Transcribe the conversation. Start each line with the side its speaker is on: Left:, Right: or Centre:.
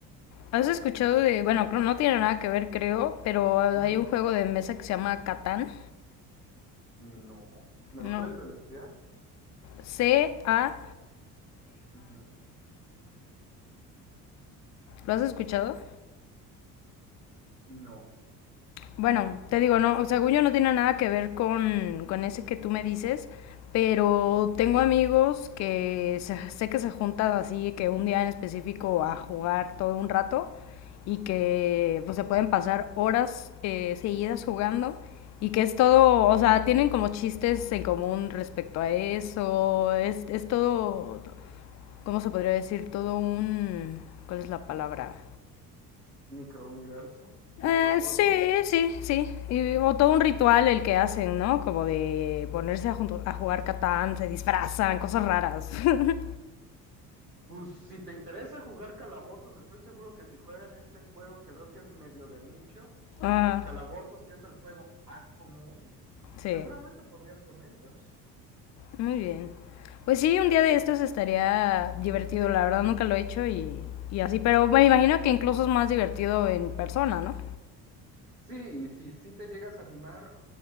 Left: ¿Has escuchado de...? Bueno, creo- no tiene nada que ver, creo, pero hay
Right: Ujú.
Left: un juego de mesa que se llama Catán.
Right: No. ¿Me
Left: No.
Right: lo puedes deletrear?
Left: C-A-T-A-N.
Right: Ujú.
Left: ¿Lo has escuchado?
Right: No.
Left: Bueno, te digo, no, según yo no tiene nada que ver con, con ese que tú me dices, pero tengo amigos que se- sé que se juntan así, que un día en específico a jugar todo un rato y que pues se pueden pasar horas eh, seguidas jugando y que es todo, o sea, tienen como chistes en común respecto a eso, es, es todo, ¿cómo se podría decir? Todo un, ¿cuál es la palabra?
Right: Microuniverso, microcosmos.
Left: Eh, sí, sí, sí. Y, o todo un ritual el que hacen, ¿no? Como de ponerse a, junto- a jugar Catán, se disfrazan, cosas raras. <laughs>
Right: Pues si te interesa jugar calabozos, estoy seguro que si juegan este juego que veo que es medio de nicho,
Left: Ajá,
Right: eh, calabozos, que es el juego más común,
Left: sí,
Right: seguramente podrías con ellos.
Left: muy bien. Pues sí, un día de estos estaría divertido, la verdad nunca lo he hecho y, y así, pero me imagino que incluso es más divertido en persona, ¿no?
Right: Sí, y si sí te llegas a animar,